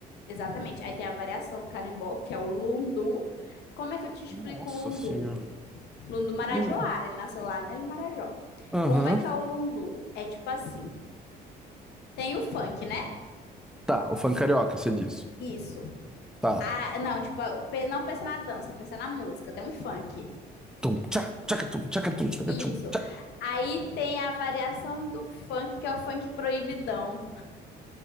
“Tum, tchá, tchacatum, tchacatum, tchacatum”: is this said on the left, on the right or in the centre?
Centre